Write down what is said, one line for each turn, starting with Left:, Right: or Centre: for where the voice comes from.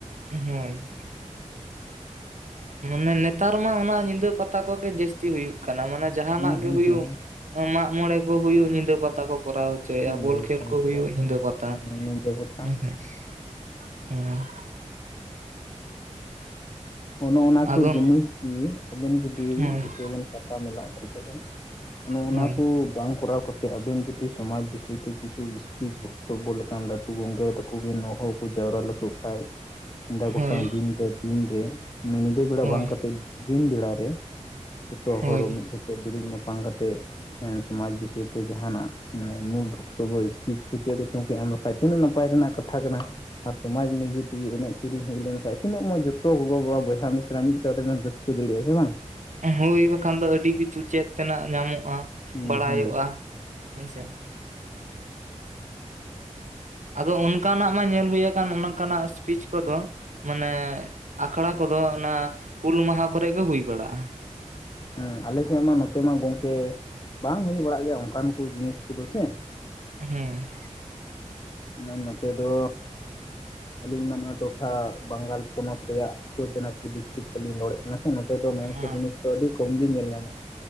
Right: ᱦᱳᱭ ᱢᱟᱱᱮ ᱱᱮᱛᱟᱨ ᱢᱟ ᱚᱱᱟ ᱧᱤᱫᱟᱹ ᱯᱟᱛᱟ ᱠᱚᱜᱮ ᱡᱟᱹᱥᱛᱤ ᱦᱩᱭᱩᱜ ᱠᱟᱱᱟ, ᱢᱟᱱᱮ ᱡᱟᱦᱟᱱᱟᱜ
Left: ᱦᱩᱸ ᱦᱩᱸ
Right: ᱜᱮ ᱦᱩᱭᱩᱜ᱾
Left: ᱦᱩᱸ
Right: ᱢᱟᱜ ᱢᱚᱬᱮ ᱠᱚ ᱦᱩᱭᱩᱜ ᱧᱤᱫᱟᱹ ᱯᱟᱛᱟ ᱠᱚ ᱠᱚᱨᱟᱣ ᱦᱚᱪᱚ
Left: ᱱᱤᱡᱮ
Right: ᱵᱚᱞ
Left: ᱵᱟᱛᱟᱞ
Right: ᱠᱷᱮᱞ ᱠᱚ
Left: ᱠᱚᱨᱟᱣ
Right: ᱦᱩᱭᱩᱜ
Left: ᱩᱪᱤᱛ
Right: ᱧᱤᱫᱟᱹ ᱯᱟᱛᱟ᱾
Left: ᱦᱮᱸ ᱱᱤᱡᱮ ᱵᱷᱚᱨᱥᱟ
Right: <unintelligible>
Left: ᱚᱱᱮ ᱚᱱᱟ
Right: ᱟᱫᱚ
Left: ᱠᱚ ᱡᱤᱱᱤᱥ ᱜᱮ ᱟᱵᱮᱱ ᱡᱩᱫᱤ
Right: ᱦᱳᱭ
Left: ᱫᱤᱥᱟᱹᱭ ᱵᱮᱱ ᱯᱟᱛᱟ ᱢᱮᱞᱟ ᱦᱚᱪᱚᱭ ᱛᱟᱵᱮᱱ ᱚᱱᱮ ᱚᱱᱟ
Right: ᱦᱳᱭ
Left: ᱠᱚ ᱵᱟᱝ ᱠᱚᱨᱟᱣ ᱠᱟᱛᱮ ᱟᱵᱮᱱ ᱡᱩᱫᱤ ᱥᱚᱢᱟᱡᱽ ᱵᱤᱥᱚᱭ ᱛᱮ ᱠᱤᱪᱷᱩ ᱤᱥᱯᱤᱪ ᱵᱚᱠᱛᱚᱵᱵᱚ ᱞᱮᱠᱟᱱ ᱞᱟᱹᱴᱩ ᱜᱚᱝᱠᱮ ᱛᱟᱠᱚ ᱵᱮᱱ ᱦᱚᱦᱚ ᱡᱟᱣᱨᱟ ᱞᱮᱠᱚ ᱠᱷᱟᱡᱽ ᱧᱤᱫᱟ
Right: ᱦᱳᱭ
Left: ᱜᱚᱴᱟᱝ ᱫᱤᱱ ᱫᱚ ᱫᱤᱱᱨᱮ ᱢᱟᱱᱮ ᱧᱤᱫᱟᱹ ᱵᱮᱲᱟ
Right: ᱦᱳᱭ
Left: ᱵᱟᱝ ᱠᱟᱛᱮᱜ ᱫᱤᱱ ᱵᱮᱲᱟ ᱨᱮ ᱡᱚᱛᱚ
Right: ᱦᱳᱭ
Left: ᱦᱚᱲ ᱢᱤᱫ ᱥᱟᱛᱮᱜ ᱫᱩᱲᱩᱵ ᱧᱟᱯᱟᱢ ᱠᱟᱛᱮᱫ ᱥᱚᱢᱟᱡᱽ ᱵᱤᱥᱚᱭ ᱛᱮ ᱡᱟᱦᱟᱱᱟᱜ ᱢᱟᱱᱮ ᱢᱩᱞ ᱵᱚᱠᱛᱚᱵᱵᱚ ᱤᱥᱯᱤᱡ ᱠᱚ ᱪᱮᱫ ᱠᱚ ᱪᱚᱝᱠᱮᱜ ᱟᱢ ᱼᱼ ᱛᱤᱱᱟᱹᱜ ᱱᱟᱯᱟᱭ ᱨᱮᱱᱟᱜ ᱠᱟᱛᱷᱟ ᱠᱟᱱᱟ ᱾ ᱟᱨ ᱥᱚᱢᱟᱡᱽ ᱱᱤᱡᱮ ᱛᱮᱜᱮ ᱮᱱᱮᱡ ᱥᱮᱨᱮᱧ ᱦᱩᱭ ᱞᱮᱱᱠᱷᱟᱱ ᱛᱤᱱᱟᱹᱜ ᱢᱚᱡᱽ ᱡᱚᱛᱚ ᱜᱚᱜᱚ-ᱵᱟᱵᱟ ᱵᱚᱭᱦᱟ ᱢᱤᱥᱨᱟ ᱢᱤᱫ ᱥᱟᱶ ᱛᱮᱵᱚᱱ ᱨᱟᱹᱥᱠᱟᱹ ᱫᱟᱲᱤᱭᱟᱜᱼᱟ ᱥᱮ ᱵᱟᱝ?
Right: ᱦᱩᱭ ᱵᱟᱠᱷᱟᱱ ᱫᱚ ᱟᱹᱰᱤ ᱠᱤᱪᱷᱩ ᱪᱮᱫ ᱛᱮᱱᱟᱜ ᱧᱟᱢᱚᱜᱼᱟ ᱾
Left: ᱦᱩᱸ
Right: ᱵᱟᱲᱟᱭᱚᱜᱼᱟ
Left: ᱦᱩᱸ
Right: ᱾ ᱦᱮᱸᱥᱮ ᱦᱩᱸ ᱟᱫᱚ ᱚᱱᱠᱟᱱᱟᱜ ᱢᱟ ᱧᱮᱞ ᱦᱩᱭ ᱟᱠᱟᱱ ᱚᱱᱠᱟᱱᱟᱜ ᱥᱯᱤᱪ ᱠᱚᱫᱚ ᱢᱟᱱᱮ ᱟᱠᱷᱲᱟ ᱠᱚᱫᱚ ᱚᱱᱟ ᱦᱩᱞ ᱢᱟᱦᱟ, ᱠᱚᱨᱮ ᱜᱮ ᱦᱩᱭ ᱵᱟᱲᱟᱜᱼᱟ ᱾
Left: ᱦᱩᱸ ᱟᱞᱮ ᱥᱮᱜ ᱢᱟ ᱱᱚᱛᱮ ᱢᱟ ᱜᱚᱝᱠᱮ ᱵᱟᱝ ᱦᱩᱭ ᱵᱟᱲᱟᱜ ᱜᱮᱭᱟ ᱚᱱᱠᱟᱱ ᱠᱚ ᱡᱤᱱᱤᱥ ᱠᱚᱫᱚ ᱥᱮ
Right: ᱦᱩᱸ
Left: ᱢᱮᱱ ᱱᱚᱛᱮ ᱫᱚ ᱟᱹᱞᱤᱧ ᱢᱟ ᱱᱚᱣᱟ ᱴᱚᱴᱷᱟ ᱵᱟᱝᱜᱟᱞ ᱯᱚᱱᱚᱛ ᱨᱮᱭᱟᱜ ᱩᱛᱛᱚᱨ ᱫᱤᱱᱟᱡᱽᱯᱩᱨ ᱰᱤᱥᱴᱤᱠ ᱠᱷᱚᱱ ᱞᱤᱧ ᱨᱚᱲᱮᱫ ᱠᱟᱱᱟ ᱾ ᱚᱱᱟ ᱛᱮᱫᱚ ᱱᱚᱣᱟ
Right: ᱦᱮᱸ
Left: ᱠᱚ ᱡᱤᱱᱤᱥ ᱫᱚ ᱟᱹᱰᱤ ᱠᱚᱢ ᱜᱮ ᱧᱮᱞ ᱧᱟᱢᱚᱜᱼᱟ ᱾